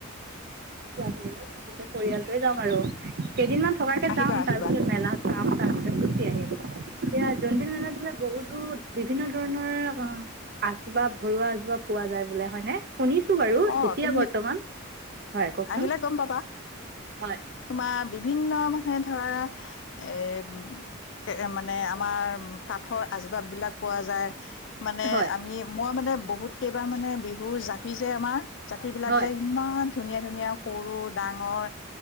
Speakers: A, on the right; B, on the left.
A: পাৰিব। গোটেই পৰিয়ালটোৱে যাম আৰু। কেইদিনমান থকাকে
B: আহিবা
A: যাম,
B: আহিবা
A: তাৰপিছত মেলা চাম, তাৰপিছত গুচি আহিম। এতিয়া জোনবিল মেলাত বোলে বহুতো, বিভিন্ন ধৰণৰ আচ-বাব ঘৰুৱা কিবা পোৱা যায় বোলে হয়নে? শুনিছো বাৰু
B: অ
A: এতিয়া
B: তুমি
A: বৰ্তমান হয় কওকচোন।
B: আহিলে গম পাবা
A: হয়
B: তোমাৰ বিভিন্ন মানুহে ধৰা এ কে মানে আমাৰ কাঠৰ আচবাব বিলাক পোৱা মানে
A: হয়
B: আমি মই মানে বহুত কেইবা মানে বিহু জ জাপি যে আমাৰ জাপি বিলাক
A: হয়
B: যে ইমান ধুনীয়া ধুনীয়া সৰু ডাঙৰ